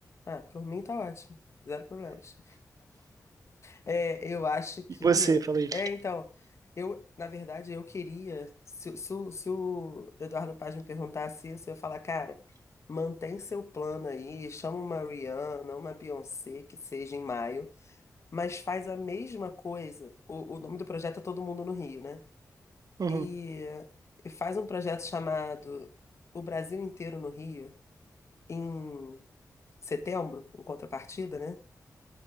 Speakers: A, on the left; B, on the right.
A: Ah, por mim tá ótimo. Zero problemas. É, eu acho que.
B: E você, falei,
A: É, então, eu, na verdade, eu queria. Se, o- se, o se o Eduardo Paz me perguntasse isso, eu ia falar, cara, mantém seu plano aí, chama uma Rihanna, uma Beyoncé, que seja em maio, mas faz a mesma coisa. O, o nome do projeto é Todo Mundo no Rio, né?
B: uhum,
A: E, e faz um projeto chamado O Brasil Inteiro no Rio, em setembro, em contrapartida, né?